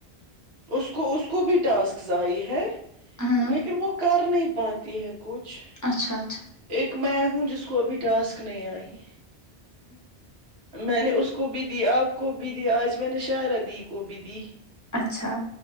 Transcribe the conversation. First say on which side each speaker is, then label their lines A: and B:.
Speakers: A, on the right; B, on the left.
A: اس کو اس کو بھی ٹاسکز آئی ہے
B: ہوں
A: لیکن وہ کر نہیں پاتی ہے کچھ
B: اچھا اچھا
A: ایک میں ہوں جس کو ابھی ٹاسک نہیں آئی میں نے اس کو بھی دی آپ کو بھی دی آج میں نے شاہرادی کو بھی دی
B: اچھا